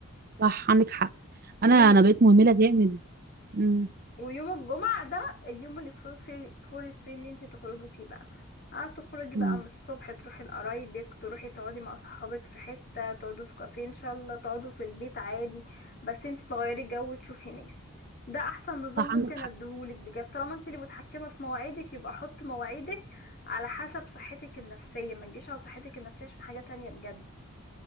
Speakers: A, on the right; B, on the left.
A: صح عندك حق انا
B: و-
A: انا بقيت مهمله جامد امم
B: ويوم الجمعة ده اليوم اللي فري فري فوري فري اللي انت تخرجي فيه بقى هتخرجي بقى
A: امم
B: من الصبح تروحي لقرايبك تروحي تقعدي مع صحابك في حتة تقعدوا في كافيه ان شاء الله تقعدوا في البيت عادي بس انت تغيري جو تشوفي ناس ده احسن نظام
A: صح
B: ممكن
A: عندك حق
B: اديهولك بجد طالما انت اللي متحكمة في مواعيدك يبقى حط مواعيدك على حسب صحتك النفسية ما تجيش على صحتك النفسية عشان حاجة تانية بجد